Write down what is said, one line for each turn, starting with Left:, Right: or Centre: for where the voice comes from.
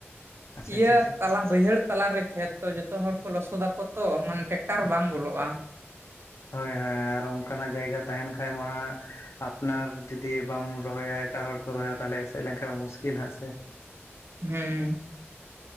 Left: ᱟᱪᱪᱷᱟ
Right: ᱤᱭᱟᱹ
Left: ᱟᱪᱪᱷᱟ ᱟᱪᱪᱷᱟ
Right: ᱛᱟᱞᱟ ᱵᱟᱹᱭᱦᱟᱹᱲ ᱛᱟᱞᱟᱨᱮ ᱠᱷᱮᱛ ᱛᱚ ᱡᱚᱛᱚ ᱦᱚᱲ ᱠᱚ ᱞᱚᱥᱚᱫᱟᱠᱚ ᱛᱚ ᱢᱟᱱᱮ ᱴᱨᱟᱠᱴᱟᱨ ᱵᱟᱝ ᱵᱚᱞᱚᱜ-ᱟ
Left: ᱦᱳᱭ ᱦᱳᱭ ᱟᱨ ᱚᱱᱠᱟᱱᱟᱜ ᱡᱟᱭᱜᱟ ᱛᱟᱦᱮᱱ ᱠᱷᱟᱱ ᱢᱟ ᱦᱟᱸᱜ ᱟᱯᱱᱟᱨ ᱡᱩᱫᱤ ᱵᱟᱢ ᱨᱚᱦᱚᱭᱟ ᱮᱴᱟᱜ ᱦᱚᱲ ᱠᱚ ᱨᱚᱦᱚᱭᱟ ᱛᱟᱦᱚᱞᱮ ᱮᱥᱮᱫ ᱞᱮᱱᱠᱷᱟᱱ ᱢᱩᱥᱠᱤᱞ ᱦᱟᱸᱜ ᱥᱮ
Right: ᱦᱩᱢᱸ